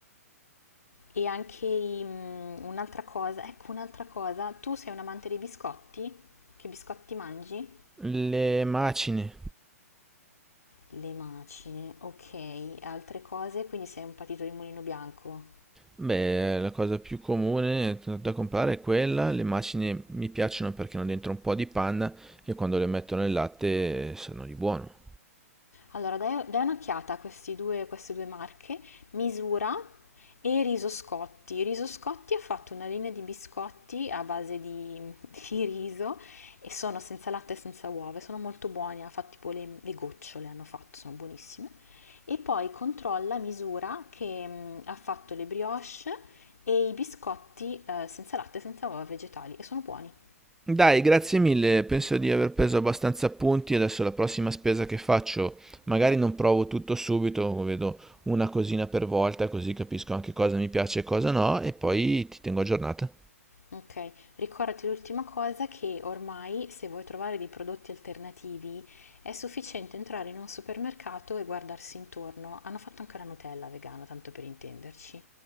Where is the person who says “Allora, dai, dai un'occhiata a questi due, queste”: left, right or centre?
Left